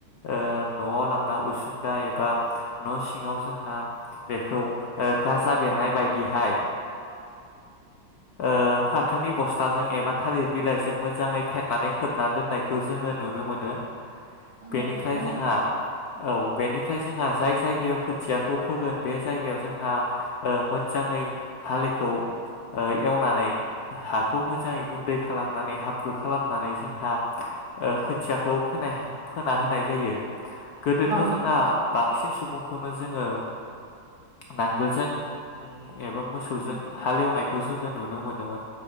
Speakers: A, on the left; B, on the right.
A: ओ न'आव लाबोन उसुंदा एबा न' सिङाव जोंहा बेखौ गाजा बेरनाय बायदिहाय। ओ फाथोनि बस्थाजों एबा थालिर बिलाइजों मोजाङै फेनानै खोबना दोननायखौ जोङो नुनो मोनो।
B: औ
A: बेनिफ्राय
B: नोंथां
A: जोंहा। औ बेनिफ्राय जोंहा जाय जायगायाव खोथियाखौ फोगोन बे जायगायाव जोंहा ओ मोजाङै हालेखौ एवनानै हाखौ मोजाङै गुन्दै खालामनानै हाब्रु खालामनानै जोंहा ओ खोथियाखौ फोना फोना होनाय जायो गोदोथ'
B: औ
A: जोंना बां बांसिन सुबुंखौनो जोङो नांगोलजों ओम एबा मोसौजों
B: औ
A: हालेवनायखौ जोङो नुनो मोनोन